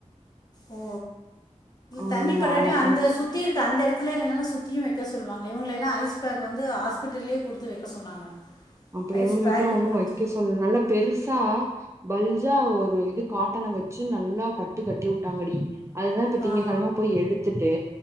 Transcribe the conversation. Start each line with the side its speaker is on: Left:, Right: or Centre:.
Left: ஓ
Right: ஆமா
Left: தண்ணி படாட்டி
Right: நாள
Left: அந்த சுத்தி இருக் அந்த எடத்துல என்னன்னான சுத்தியு வெக்க சொல்லுவாங்க இவுங்களயெல்லா ஐஸ் பேக் வந்து ஹாஸ்பிட்டல்லயே குடுத்து வெக்க சொன்னாங்க
Right: அப்டி
Left: ஐஸ்
Right: இவுங்கலுக்லா
Left: பேக்கு
Right: ஒன்னு
Left: கொடுத்து
Right: வெக்க சொல்ல நல்லா பெருசா பல்ஜா ஒரு இது காட்டன் வெச்சு நல்லா கட்டு கட்டி உட்டாங்கடி அதுதா இப்ப திங்ககெழம
Left: ஆ
Right: போய் எடுத்துட்டு